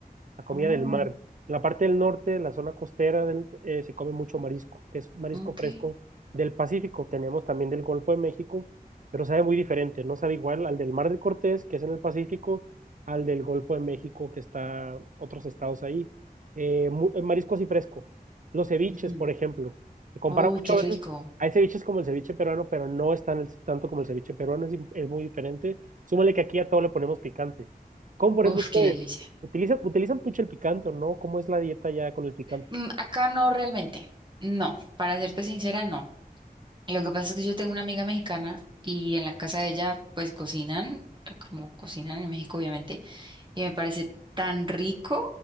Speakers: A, on the right; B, on the right.
A: la comida
B: Oh,
A: del mar. En la parte del norte, la zona costera, del- eh, se come mucho marisco, que es marisco
B: ok.
A: fresco del Pacífico. Tenemos también del Golfo de México, pero sabe muy diferente. No sabe igual al del Mar de Cortés, que es en el Pacífico, al del Golfo de México, que está otros estados ahí. Eh, mu- eh, marisco así fresco. Los ceviches,
B: Mm.
A: por ejemplo. Se compara
B: Uy,
A: mucho
B: qué
A: a
B: rico.
A: veces. Hay ceviches como el ceviche peruano, pero no es tan- tanto como el ceviche peruano, es, di- es muy diferente. Súmale que aquí a todo le ponemos picante. Como por
B: Uf,
A: ejemplo
B: qué
A: ustedes.
B: delicia.
A: ¿Utilizan, utilizan pucha el picante o no? ¿Cómo es la dieta ya con el picante?
B: Mm, Acá no realmente, no, para serte sincera, no. Lo que pasa es que yo tengo una amiga mexicana y en la casa de ella pues cocinan, eh, como cocinan en México obviamente, y me parece tan rico,